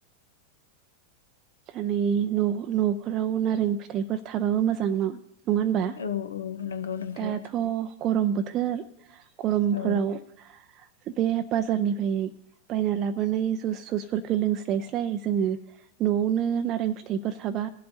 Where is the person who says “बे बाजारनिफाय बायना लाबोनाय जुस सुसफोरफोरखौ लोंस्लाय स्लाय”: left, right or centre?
Right